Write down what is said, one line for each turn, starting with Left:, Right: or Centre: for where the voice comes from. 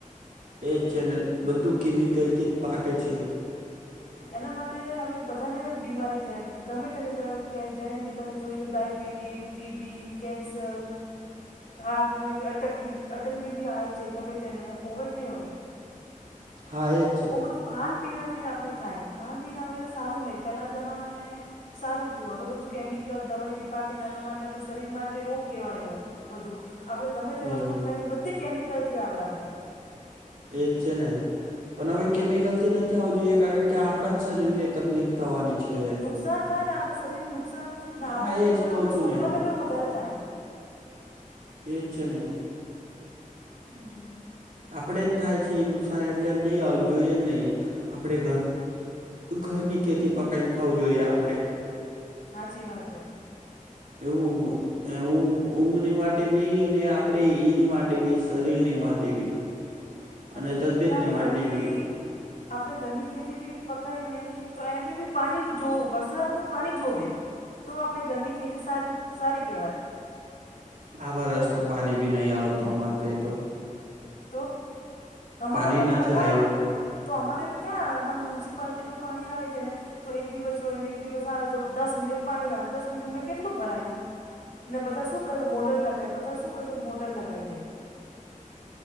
Right: એજ છે ને બધું કેમિકલથી જ પાકે છે.
Left: એના માટે હવે બધાને બીમારી થાય ગમે તેને ત જેને બી તમે જોઈએ તો ડાયબિટી ટી, ટીબી, કેન્સલ હા ગમે તેને અટક બી અટકની બી આવે છે ગમે તેને ઓવેક નઈ હોવે?
Right: હા એ
Left: બો બધું ખાણપીનાથી આપણે થાય ખાનપીણ હવે સારું નહીં પેહલાન જમાનામાં આપડે સારું થયું હવે બધું કેમિકલ, દવાઈથી પાકે એના માટે આપણે શરીર માટે રોગ કેવા અયો. વધુ આપણે ગમે
Right: એવું
Left: તે વસ્તુ ખઈને બધી કેમિકલથી આવે આપણે.
Right: એજ છે ને પણ હવે કેમિકલથી નથી આવું જોઈએ કારણ કે આપડા જ શરીર ને તકલીફ થવાની છે.
Left: નુકસાન થાય ને આપણા શરીરને નુકસાન ને
Right: હા
Left: આપવાથી
Right: એ
Left: પહેલાં
Right: જ કહ
Left: આપણા
Right: છું
Left: શોકરાને
Right: ને
Left: બહુ વધારે થાય.
Right: એ જ છે ને.
Left: હમ
Right: આપણેે જ થાય છે એ નુકસાન એટલે નહીં આવ જોઈએ નહીં આપણે ઘર ઘરની ખેતી પકાઈને ખાવું જોઈએ આપણે.
Left: હાચી વાત હે.
Right: એવું એવું ઊંઘ ઊંઘની માટે બી અને આપણે ઈની માટે બી શરીરની માટે બી.
Left: હાચી
Right: અને તબિયતની
Left: ને આપણે
Right: માટે
Left: ઘરની
Right: બી.
Left: આપણે ઘરની ખેતી બી પકાઈએ ને તો એમે બી પાણી જોવ વરસાદનું પાણી જોવે. તો આપણે ઘરની ખેતી સારી સારી કેવાય.
Right: આ વરસ તો પાણી બી નહીં આવ તો અમાર અહીયાં તો.
Left: તો તમારે
Right: પાણી
Left: પણ
Right: નથી
Left: રા
Right: આવ્યું
Left: કા તો અમારે બી ક્યાં આવે અમારે મ્યુનિસિપાલિટીનું પાણી આવે જેને તો એક દિવસ છોડે ને એક દિવસ આવે તો દસ મિનિટ પાણી આવે દસ મિનિટમાં કેટલું ભરાય? ને બધા શું કરે મોટર લગાવે બધા શું કરે છે મોટર લગાઈ દે.